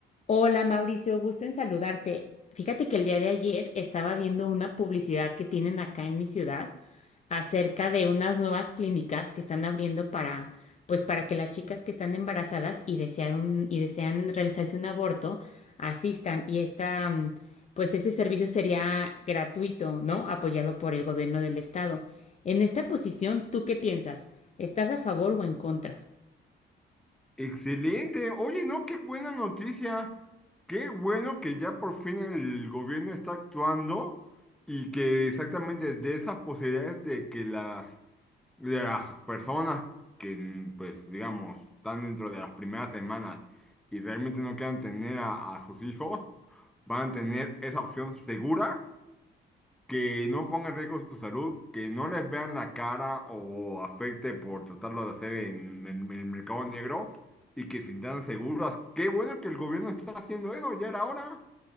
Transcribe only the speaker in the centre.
Excelente. Oye, no, qué buena noticia. Qué bueno que ya por fin el gobierno está actuando y que exactamente de esas posibilidades de que las, de las personas que, mm, pues, digamos, están dentro de las primeras semanas y realmente no quieran tener a, a sus hijos, van a tener esa opción segura que no ponga en riesgo su salud, que no les vean la cara o afecte por tratarlo de hacer en el, en el mercado negro y que se sientan seguras. Qué bueno que el gobierno está haciendo eso, ya era hora.